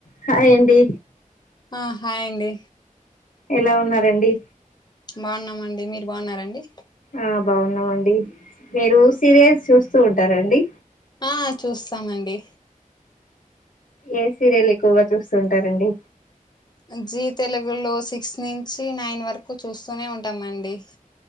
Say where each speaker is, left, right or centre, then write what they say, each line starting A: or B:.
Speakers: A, on the left (about 70°); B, on the left (about 30°).
A: Hi అండి
B: ఆ hi అండి
A: ఎలా ఉన్నారండి
B: బాగున్నామండి మీరు బాగున్నారండి
A: ఆ బాగున్నామండి మీరు సీరియల్స్ చూస్తూ ఉంటారండి
B: ఆహ్ చూస్తామండి
A: ఏ సీరియల్ ఎక్కువగా చూస్తూంటారండి
B: జీ తెలుగులో సిక్స్ నుంచి నైన్ వరకు చూస్తూనే ఉంటామండి